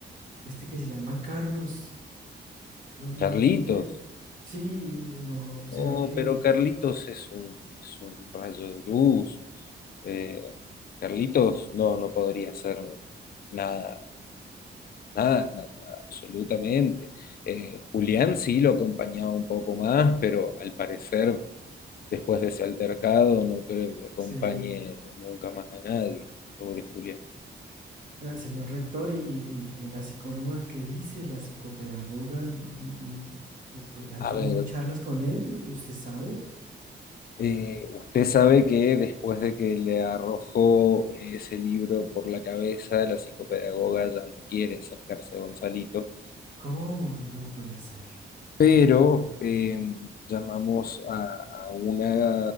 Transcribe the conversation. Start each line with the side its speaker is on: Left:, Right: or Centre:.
Right: este que se llama Carlos, no, no,
Left: Carlitos.
Right: no, eh, sí, no, ¿será
Left: Oh,
Right: que
Left: pero Carlitos es un, es un rayo de luz. Eh, Carlitos no, no podría hacer nada, nada, nada, absolutamente. Eh, Julián sí lo acompañaba un poco más, pero al parecer, después de ese altercado, no creo que acompañe
Right: se...
Left: nunca más a nadie. Pobre Julián.
Right: ah, Señor rector, y, y- y la psicóloga que dice, la psicopedagoga, no, no, eh, ¿han
Left: A
Right: tenido
Left: ver,
Right: charlas con él? ¿Usted sabe?
Left: Eh, usted sabe que después de que le arrojó ese libro por la cabeza, la psicopedagoga ya no quiere acercarse a Gonzalito,
Right: ¿Cómo? No puede ser.
Left: pero eh, llamamos a, a una